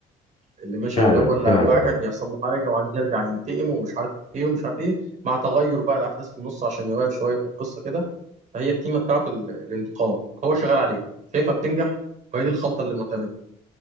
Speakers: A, on the right; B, on the left.
A: اللي ماشي
B: فعلا
A: على الاول لا
B: فعلا
A: واحد
B: اه
A: بيحصل له حاجه وعايز يرجع ينتقم ومش عارف ايه ومش عارف ايه مع تغير بقى الاحداث في النص عشان يغير شويه في القصه كده فهي التيمه بتاعته ال- الانتقام هو شغال عليها شايفها بتنجح وهي دي الخلطه اللي معتمده